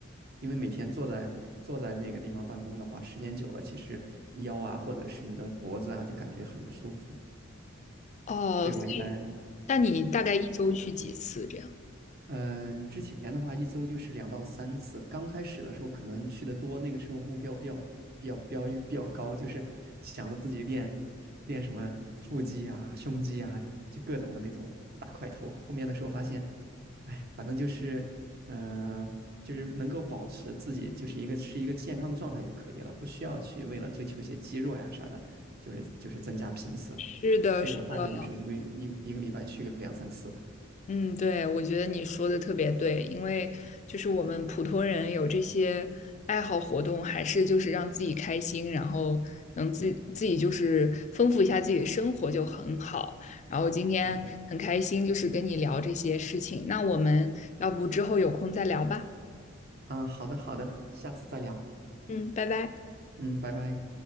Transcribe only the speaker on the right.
因为每天坐在坐在那个地方办公的话，时间久了，其实腰啊或者是你的脖子啊就感觉很不舒服，
所以我一般。
嗯，之前的话一周就是两到三次。刚开始的时候可能去的多，那个时候目标比较比较标比较高，就是想着自己练练什么腹肌啊、胸肌啊，就各种的那种大块头。后面的时候发现，哎，反正就是，嗯、呃就是能够保持自己就是一个是一个健康的状态就可以了，不需要去为了追求一些肌肉呀啥的，就是就是增加频次。
所以我大概就是一个一一个礼拜去个两三次吧。
嗯，
嗯，好的，好的，下次再聊。
嗯，拜拜。